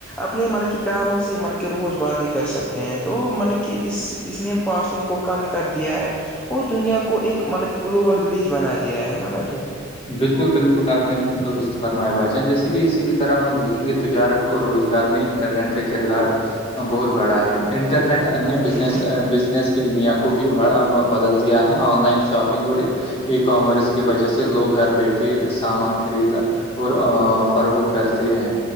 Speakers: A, in the centre; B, on the left (about 25°).
A: اپنے مطلب کہ پیاروں سے مطلب کہ روز بات ہی کر سکتے ہیں تو مطلب کہ اس اس نے فاصلوں کو کم کر دیا ہے اور دنیا کو ایک مطلب کہ گلوبل ولیج بنا دیا ہے نا بھائی جان
B: بالکل بالکل آپ نے بستطفرمائے باجان جیسے کہ اسی کی طرح ہم دیکھیں گے تجارت تو روزگار میں انٹرنیٹ کا کردار بہت بڑا ہے انٹرنیٹ انیہ
A: ہاں بھائی
B: بزس بزنس دنیا کو بھی بدل دیا ہے آن لائن شاپنگ اور ای کامرس کی وجہ سے لوگ گھر بیٹھے سامان خرید اور فروخت کرتے ہیں